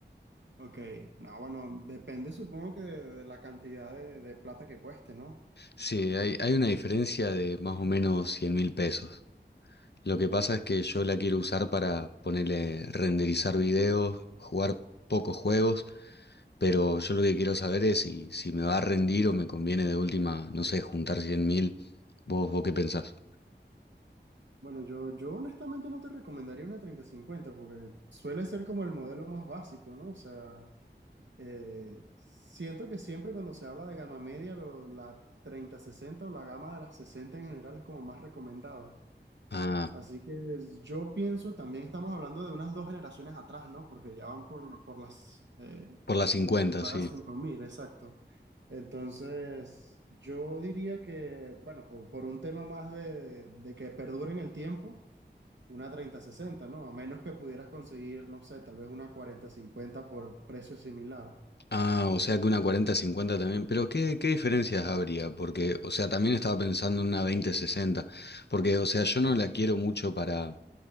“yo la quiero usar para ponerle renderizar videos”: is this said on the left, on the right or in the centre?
Left